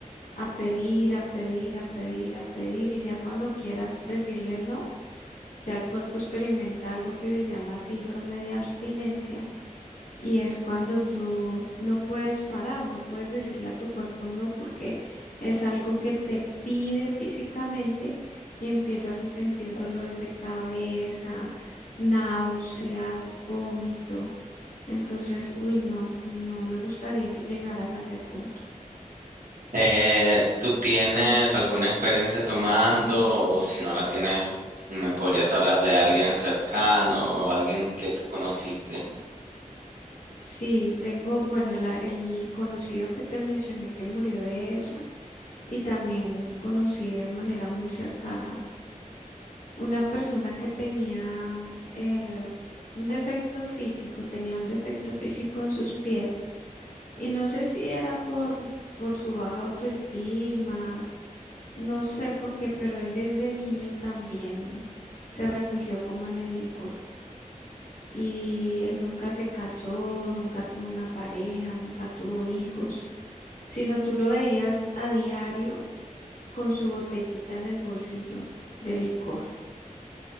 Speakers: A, on the left; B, on the right.
A: a pedir, a pedir, a pedir, a pedir, y ya cuando quieras decirle no, ya el cuerpo experimenta algo que se llama síndrome de abstinencia y es cuando tú no puedes parar, no puedes decirle a tu cuerpo no porque es algo que te pide físicamente y empiezas a sentir dolores de cabeza, náuseas, vómito. Entonces, uy, no, no me gustaría que llegaras a ese punto.
B: Eh, ¿tú tienes alguna experiencia tomando o si no la tienes, me podrías hablar de alguien cercano o alguien que tú conociste?
A: Sí, tengo, bueno, la- el conocido que te mencioné que murió de eso y también conocí de manera muy cercana una persona que tenía eh, un defecto físico, tenía un defecto físico en sus pies y no sé si era por, por su baja autoestima, no sé por qué, pero él desde niño también se refugió como en el licor y él nunca se casó, nunca tuvo una pareja, nunca tuvo hijos, sino tú lo veías a diario con su botellita en el bolsillo de licor.